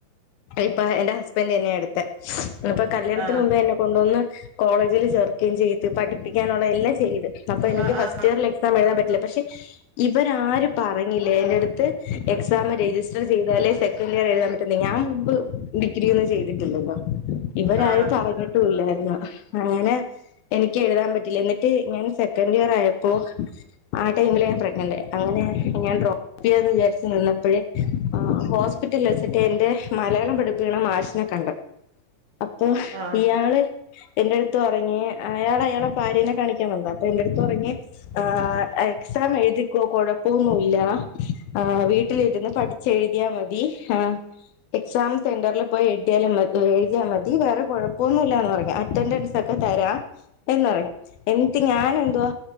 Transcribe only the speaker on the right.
ആ
ആ
ആ
ആ